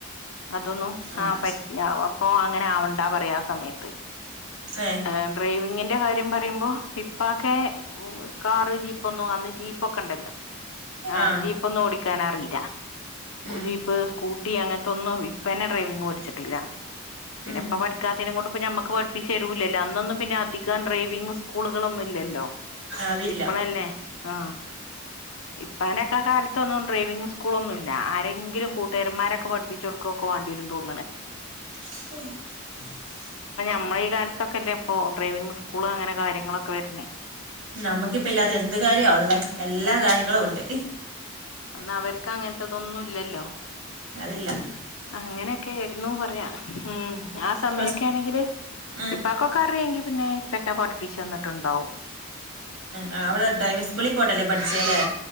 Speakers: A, on the left; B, on the right.
A: അതൊന്നും
B: ആഹ്
A: ആ പറ്റ
B: ശ
A: അപ്പൊ അങ്ങനെ ആവണ്ടാ പറയാ ആ സമയത്ത്
B: ഏഹ്
A: ഏ ഡ്രൈവിങ്ങിന്റെ കാര്യം പറയുമ്പോ ഇപ്പാക്കെ ഉ കാറ് ജീപ്പൊന്നും അന്ന് ജീപ്പൊക്കെ ണ്ടല്ലോ ആ
B: ആഹ്
A: ജീപ്പൊന്ന് ഓടിക്കാൻ അറിയും ര
B: ഉം
A: ജീപ്പ് സ്കൂട്ടി അങ്ങനത്തെ ഒന്നും ഇപ്പന്നെ ഡ്രൈവിങ് മടിച്ചിട്ടില്ല പിന്നെ
B: ഉം
A: ഇപ്പ പഠിക്കാത്തനെ കൊണ്ട് ഇപ്പ ഞമ്മക്ക് പഠിപ്പിച്ചു താരൂലല്ലോ അന്നൊന്നും പിന്നെ അധികം ഡ്രൈവിംഗ സ്കൂളുകളൊന്നുംല്ലല്ലോ
B: അതില്ല
A: ഇപ്പഴല്ലേ ആ ഇപ്പനൊക്കെ കാലത്തൊന്നും ഡ്രൈവിങ് സ്കൂളൊന്നുമല്ല ആരെങ്കിലും കൂട്ടുകന്മാരൊക്കെ പഠിപ്പിച്ച് കൊടുക്കുകൊക്കെ വേണ്ടി വരും തോന്നണ്
B: ഓ <inaudible>
A: നമ്മള ഈ കാലത്തൊക്കെല്ലേ ഇപ്പൊ ഡ്രൈവിങ് സ്കൂള് അങ്ങനെ കാര്യങ്ങളൊക്കെ വരണേ
B: നമ്മക്കിപ്പ ഇല്ലാത്ത എന്ത് കാര്യവള്ളേ എല്ലാ കാര്യങ്ങളും ഉണ്ട്
A: എന്നാ അവർക്ക് അങ്ങനത്തതൊന്നും ഇല്ലല്ലോ
B: അതില്ല
A: അങ്ങനെയൊക്കൊയിരുന്നു പറയാ ഉം ആ സമയൊക്കൊണെങ്കില്
B: അപ്പ ഏഹ്
A: ഇപ്പൊക്കൊക്കെ അറിയെങ്കി പിന്നെ ഇപ്പൊക്കെ പഠിപ്പിച്ചുന്നിട്ടുണ്ടാവും
B: ആ അവിടെ ഡൈവിംഗ് സ്കൂളിൽ പോട്ടല്ലേ പഠിച്ചല്ലേ